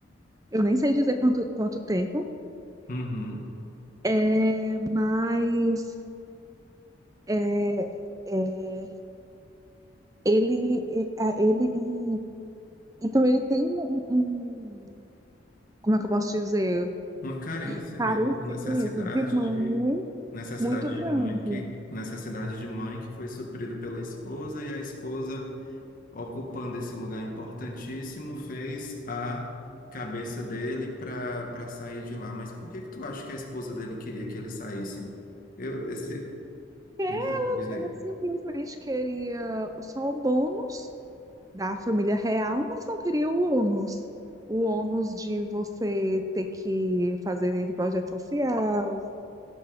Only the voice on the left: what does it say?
Uhum.
Uma carência
mesmo, necessidade
de necessidade
de mãe que necessidade de mãe que foi suprido pela esposa e a esposa ocupando esse lugar importantíssimo, fez a cabeça dele para para sair de lá. Mas por que que tu acha que a esposa dele queria que ele saísse? Eu, esse,
diz, diz aí,